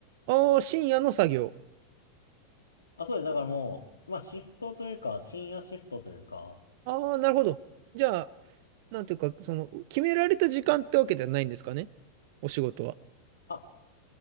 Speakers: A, on the right; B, on the left.
A: ああ、深夜の作業。
B: あ、そうです。だからもう、まあシフトというか、深夜シフトというか、
A: ああ、なるほど。じゃあ、なんていうか、その、決められた時間ってわけではないんですかねお仕事は。
B: あ、